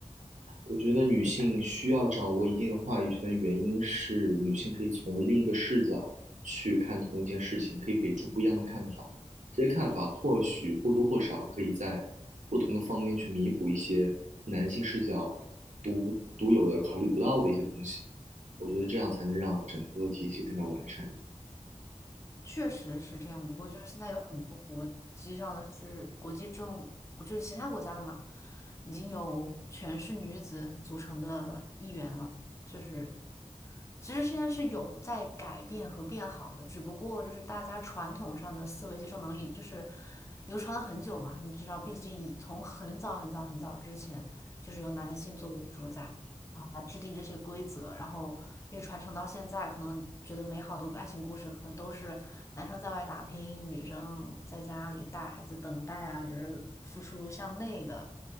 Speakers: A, on the right (about 80°); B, on the left (about 25°).
A: 我觉得女性需要掌握一定的话语权的原因是，女性可以从另一个视角去看同一件事情，可以给出不一样的看法。这些看法或许或多或少可以在不同的方面去弥补一些男性视角独独有的考虑不到的一些东西。我觉得这样才能让整个体系更加完善一点。
B: 确实是这样，不过就是现在有很多国际上的是国际政，就是其他国家的嘛，已经有全是女子组成的议员了，就是其实现在是有在改变和变好的，只不过就是大家传统上的思维接受能力就是流传了很久嘛，你知道，毕竟以从很早很早很早之前，就是由男性作为主宰啊来制定这些规则，然后一直传承到现在，可能觉得美好的爱情故事，可能都是男生在外打拼，女生在家里带孩子等待啊，就是付出向内的